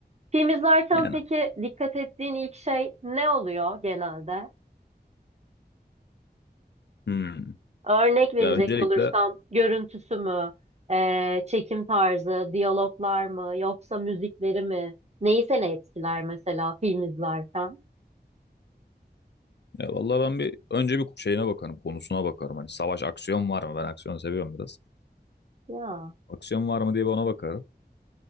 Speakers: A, on the right; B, on the left.
A: Film izlerken
B: Yani.
A: peki dikkat ettiğin ilk şey ne oluyor genelde?
B: Hmm.
A: Örnek verecek
B: Ya öncelikle
A: olursam görüntüsü mü, eee, çekim tarzı, diyaloglar mı, yoksa müzikleri mi? Neyi seni etkiler mesela film izlerken?
B: ya vallahi ben bir önce bir şeyine bakarım, konusuna bakarım. Hani savaş aksiyon var mı? Ben aksiyonu seviyorum biraz.
A: Ya
B: Aksiyon var mı diye bir ona bakarım.